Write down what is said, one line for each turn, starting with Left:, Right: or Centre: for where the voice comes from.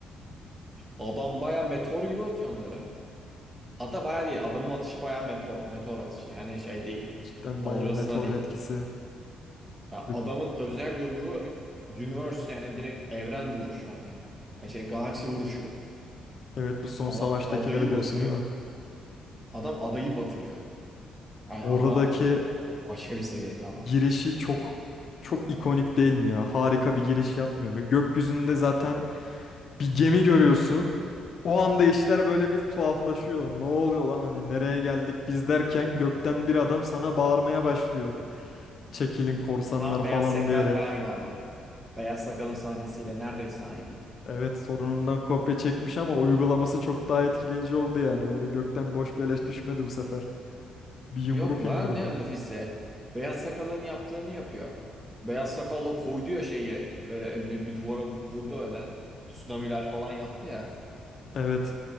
Right: Adam baya meteor gibi atıyor onları. Hatta baya değil. Adamın atışı baya meteor. Meteor atışı. Yani şey değil.
Left: Cidden
Right: Dalgasına
Left: bayağı meteor
Right: değil.
Left: etkisi.
Right: Ya
Left: Ve
Right: adamın özel yumruğu universe yani direkt evren vuruşu hani. Yani şey galaksi vuruşu.
Left: Evet bu son
Right: Adam
Left: savaştakilere
Right: adayı
Left: diyorsun
Right: batırıyor.
Left: değil mi?
Right: Adam adayı batırıyor. Yani
Left: Oradaki
Right: adam o başka bir seviye bir adam.
Left: girişi çok çok ikonik değil mi ya? Harika bir giriş yapmıyor mu? Gökyüzünde zaten bir gemi görüyorsun. O anda işler böyle bir tuhaflaşıyor. Ne oluyor lan hani nereye geldik biz derken gökten bir adam sana bağırmaya başlıyor. Çekilin korsanlar
Right: Tam Beyaz
Left: falan
Right: Sakal'la
Left: diyerek.
Right: aynı ama. Beyaz Sakal'ın sahnesiyle neredeyse aynı.
Left: Evet sorunundan kopya çekmiş ama uygulaması çok daha etkileyici oldu yani. Öyle gökten boş beleş düşmedi bu sefer. Bir yumruk
Right: Yok la
Left: indirdi.
Right: ne Luffy'si? Beyaz Sakal'ın yaptığını yapıyor. Beyaz Sakal'la koydu ya şeyi öyle elini bir duvara vurdu öyle. Tsunami'ler falan yaptı ya.
Left: Evet.